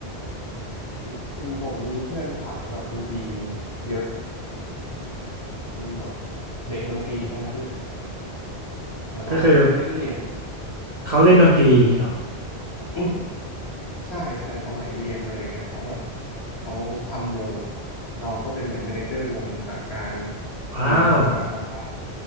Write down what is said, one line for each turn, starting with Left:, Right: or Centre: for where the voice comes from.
Left: ๆจริงผมมีเพื่อนสายแบบดนตรีเยอะมันแบบเด็กดนตรีทั้งนั้นเลยแต่เราไม่ไม่ได้เรียน
Right: ก็คือเขาเล่นดนตรีอย่างนี้เหรอ
Left: <coughs> ใช่ใช่สมัยเรียนอะไรเงี้ยเขาแบบเขาทำวงเราก็เป็นเหมือนแมเนเจอร์วงจากการ
Right: ว้าว
Left: ดิวกับอาจารย์